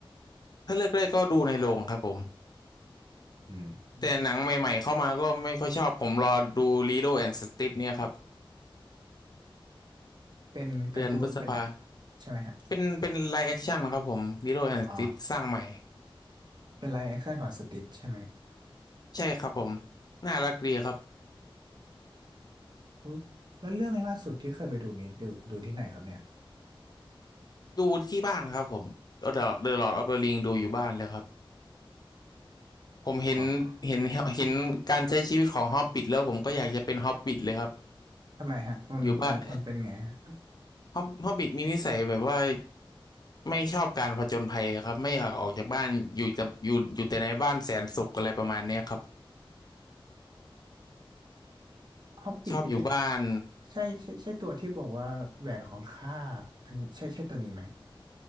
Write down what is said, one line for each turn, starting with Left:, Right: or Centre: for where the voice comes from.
Left: ถ้าเลือกได้ก็ดูในโรงครับผม
Right: อืม
Left: แต่หนังใหม่ๆเข้ามาก็ไม่ค่อยชอบผมรอดู Lilo and Stitch เนี่ยครับ
Right: เป็นการ์ตูนเป็น
Left: เดือนพฤษภา
Right: ใช่ไหมฮะ
Left: เป็นเป็นไลฟ์แอคชั่นครับผม Lilo and
Right: อ๋อ
Left: Stitch สร้างใหม่
Right: เป็นไลฟ์แอคชั่นของสติชใช่ไหม
Left: ใช่ครับผมน่ารักดีครับ
Right: อุ๊ยแล้วเรื่องล่าสุดที่เคยไปดูนี้ดูดูที่ไหนครับเนี่ย
Left: ดูที่บ้านครับผมเดอะเดอะลอร์ดออฟเดอะริงดูอยู่บ้านเลยครับผมเห็นเห็นเห็นการใช้ชีวิตของฮอบบิ
Right: อ๋อ
Left: t แล้วผมก็อยากจะเป็นฮอบบิ t เลยครับ
Right: ทำไมฮะ มันมันมันเป็นไงฮะ
Left: อยู่บ้าน <laughs> ฮอบฮอบบิ t มีนิสัยแบบว่า ไม่ชอบการผจญภัยครับไม่อยากออกจากบ้านอยู่จะอยู่อยู่แต่ในบ้านแสนสุขอะไรประมาณเนี้ยครับ
Right: ฮอบบิทนี่
Left: ชอบอยู่บ้าน
Right: ใช่ใช่ใช่ตัวที่บอกว่าแหวนของข้าอันนี้ใช่ใช่ตัวนี้ไหม